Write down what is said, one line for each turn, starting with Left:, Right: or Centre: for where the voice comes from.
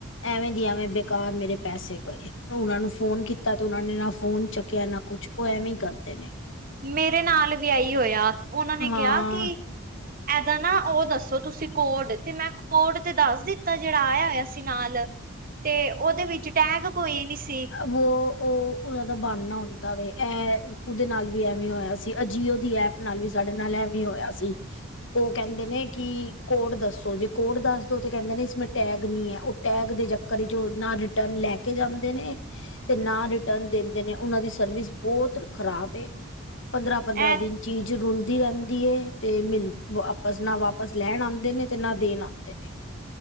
Left: ਐਵੇਂ ਦੀ ਐਵੇਂ ਬੇਕਾਰ ਮੇਰੇ ਪੈਸੇ ਇੱਕ ਉਹਨਾਂ ਨੂੰ ਫੋਨ ਕੀਤਾ ਤੇ ਉਹਨਾਂ ਨੇ ਨਾ ਫੋਨ ਚੱਕਿਆ ਨਾ ਕੁਛ ਉਹ ਐਵੇਂ ਹੀ ਕਰਦੇ ਨੇ
Right: ਮੇਰੇ ਨਾਲ ਵੀ ਆਹੀ ਹੋਇਆ ਉਹਨਾਂ ਨੇ
Left: ਹਾਂ
Right: ਕਿਹਾ ਕਿ ਏਦਾਂ ਨਾ ਉਹ ਦੱਸੋ ਤੁਸੀਂ ਕੋਡ ਤੇ ਮੈਂ ਕੋਡ ਤੇ ਦੱਸ ਦਿੱਤਾ ਜੇਹੜਾ ਆਇਆ ਹੋਇਆ ਸੀ ਨਾਲ ਤੇ ਉਹਦੇ ਵਿੱਚ ਟੈਗ ਕੋਈ ਨੀ ਸੀ।
Left: ਵੋ ਓ ਉਹਨਾਂ ਦਾ ਬਹਾਨਾ ਹੁੰਦਾ ਵੇ ਐ। ਉਦੇ ਨਾਲ ਵੀ ਐਵੇਂ ਹੋਇਆ ਸੀ। ਅ ਜੀਓ ਦੀ ਐਪ ਨਾਲ ਵੀ ਸਾਡੇ ਨਾਲ ਐਵੇਂ ਹੋਇਆ ਸੀ। ਉਹ ਕਹਿੰਦੇ ਨੇ ਕਿ ਕੋਡ ਦੱਸੋ ਜੇ ਕੋਡ ਦੱਸਦੋ ਤੇ ਕਹਿੰਦੇ ਨੇ ਇਸਮੇ ਟੈਗ ਨਈ ਏ ਉਹ ਟੈਗ ਦੇ ਚ ਕੜੀ-ਚੋਲ ਨਾ ਰਿਟਰਨ ਲੈ ਕੇ ਜਾਂਦੇ ਨੇ ਤੇ ਨਾ ਰਿਟਰਨ ਦਿੰਦੇ ਨੇ ਉਨਾਂ ਦੀ ਸਰਵਿਸ ਬੋਤ ਖਰਾਬ ਏ ਪੰਦਰਾਂ-ਪੰਦਰਾਂ
Right: ਇਹ
Left: ਦਿਨ ਚੀਜ਼ ਰੁਲਦੀ ਰੈਂਦੀ ਏ ਤੇ ਮਿਲ ਵਾਪਸ ਨਾ ਵਾਪਸ ਲੈਣ ਆਂਦੇ ਤੇ ਨਾ ਦੇਣ ਆਂਦੇ ਨੇ।